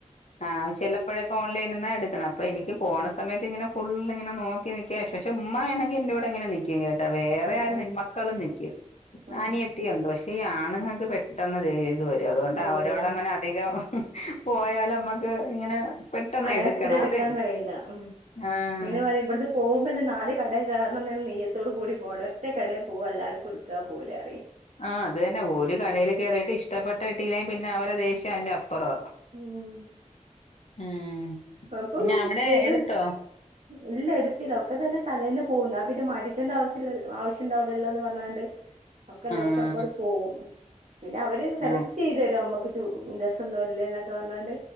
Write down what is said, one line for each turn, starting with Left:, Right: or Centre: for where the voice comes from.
Left: ആഹ് ചിലപ്പോഴൊക്കെ ഓൺലൈനിന്ന എടുക്കണം അപ്പൊ എനിക്ക് പോണ
Right: ഉം
Left: സമയത്ത് ഇങ്ങന ഫുൾ നിങ്ങനെ നോക്കി നിക്കക് പെ ഉമായാണെങ്ക എന്റെറെവിടെ ഇങ്ങനെ നിക്കി <unintelligible> കേട്ടാ വേറെ
Right: ആഹ്
Left: ആരും
Right: ആഹ്
Left: ന മക്കളും നിക്കും
Right: ആഹ്
Left: ആന വുണ്ട് പക്ഷേ ഈ ആണുങ്ങൾക്ക് പെട്ടത് ര അതുകൊണ്ട്
Right: പോവൂലേ
Left: അവരോട്
Right: ആഹ്
Left: അങ്ങനെ അധികം പോയാല നമ്മക്ക് ഇങ്ങനെ പെട്ടെന്ന്
Right: ആയാസത്തി
Left: എടുക്കണം
Right: എടുക്കാൻ
Left: അത്
Right: കഴിയില്ല ഉം
Left: ആഹ്
Right: ഇങ്ങനെ പറ ഇവിടത്തെ പോകുമ്പോന്നെ നാല് കടൽ കാരണം തന്നെ നെയ്യത്തോട് കൂടി പോകണം ഒറ്റ കടയിൽ പോകും എല്ലാവർക്കും എടുക്കാ പോരറി
Left: ആഹ് അത് തന്നെ ഓല് കടയിൽ കേറിയിട്ട് ഇഷ്ടപ്പെട്ട കിട്ടീലേ പിന്നെ അവരെ ദേഷ്യം അതിന്റെ അപ്പുറം
Right: ഉം
Left: ഉം
Right: അപ്പൊ
Left: പിന്നെ അവിടെ
Right: സ്ത്രീകൾ
Left: എടുത്തോ
Right: ഇല്ല എടുത്തില്ല ഒക്കെ തന്നെ തലേന്ന് പോകും ന്നാ പിന്നെ മാറ്റിച്ചെണ്ട്യ ആവശ്യം ഉണ്ടാവുലല്ലോ എന്ന് പറഞ്ഞാണ്ട്‌ ഒക്കെ എല്ലാവർക്കും
Left: ആഹ്
Right: അപ്പടെ പോകവും പിന്നെ അവര് സെലക്ട്
Left: ആഹ്
Right: ചെയ്ത് തരും നമ്മക്ക് രസം ഉണ്ടോ ഇല്ലേ എന്നൊക്കെ പറഞ്ഞാണ്ട്